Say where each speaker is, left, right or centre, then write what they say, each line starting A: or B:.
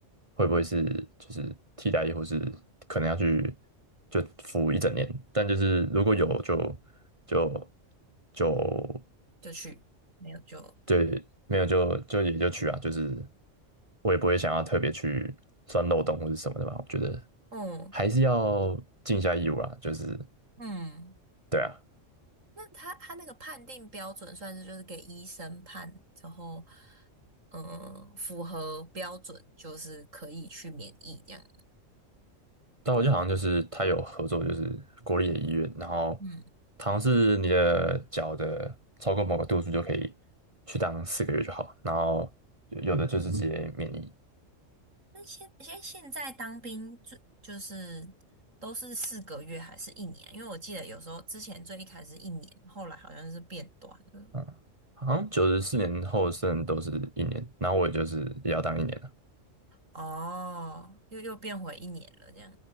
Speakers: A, on the right (about 25°); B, on the right (about 85°).
A: 会不会是就是替代役，或是可能要去就服一整年，但就是如果有就就就
B: 就去没有就
A: 对，没有就就也就去啊，就是我也不会想要特别去钻漏洞或者什么的吧，我觉得
B: 嗯。
A: 还是要尽一下义务啦，就是
B: 嗯，
A: 对啊。
B: 那他他那个判定标准算是就是给医生判，然后嗯符合标准就是可以去免疫这样。
A: 但我记得好像就是他有合作，就是国立的医院，然后
B: 嗯，
A: 它好像是你的脚的超过某个度数就可以去当四个月就好，然后有有的就是直接免疫，
B: 那现现现在当兵就就是都是四个月还是一年啊？因为我记得有时候之前最一开始是一年，后来好像是变短了。
A: 嗯，好像九十四年后剩都是一年，然后我也就是也要当一年了，
B: 哦，又又变回一年了这样。